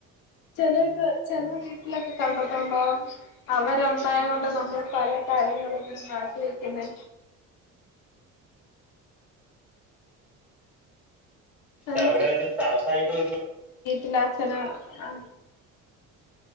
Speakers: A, on the left; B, in the centre.
A: ചിലപ്പോ ചില വീട്ടിലൊക്കെ കണ്ടിട്ടുണ്ടോ അവരുണ്ടായൊണ്ട് നമ്മൾ പല കാര്യങ്ങളും ഇങ്ങനെ മാറ്റിവയ്ക്കുന്നെ. ആഹ്
B: അവര ഒരു തടസ്സായിട്ട് ഒരു
A: ഇളാച്ചന ആ